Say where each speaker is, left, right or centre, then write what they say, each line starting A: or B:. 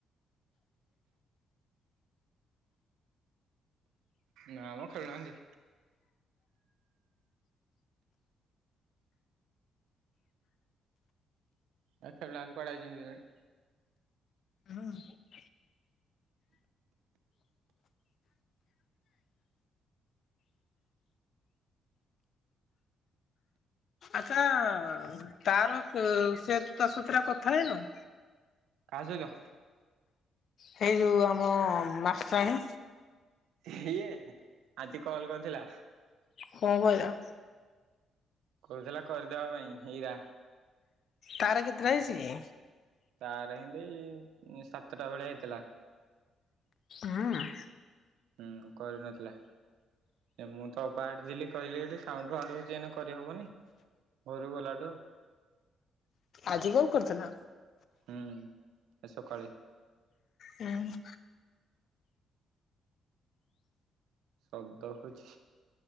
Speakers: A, on the right; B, on the left.
A: ନା ମ ଖେଳୁନାହାନ୍ତି ଏରା ଖେଳୁ ନାହାନ୍ତି କୁଆଡେ ଆଇଛନ୍ତି କେଜାଣି?
B: ହୁଁ। ଆଚ୍ଛା ତାର ସେ ତାସତୁରେ କଥା ହେଇନ?
A: କାହା ସହିତ?
B: ହେଇ ଯଉ ଆମ ମାଷ୍ଟ୍ରାଣୀ।
A: ହିଏ ଆଜି କଲ କରିଥିଲା।
B: କଣ କହିଲ?
A: କରୁଥିଲା କରିଦବା ପାଇଁ ହେଇରା।
B: ତାର କେତେଟା ହେଇଛି କି?
A: ତାର ହେନ୍ତି ସାତଟା ଭଳିଆ ହେଇଥିଲା।
B: ହୁଁ ଉଁ।
A: ହୁଁ କରିନଥିଲା। ଏ ମୁଁ ତ ଅପାହଠି ଥିଲି କହିଲି ଏଠି ସାଉଣ୍ଡ ଫାଉଣ୍ଡ ହଉଛି ଏଇନେ କରିହବନି। ଘରକୁ ଗଲାଟୁ
B: ଆଜି କଣ କରୁଥିଲ?
A: ହୁଁ ଆଜି ସକାଳେ।
B: ହୁଁ।
A: ଶବ୍ଦ ହଉଛି।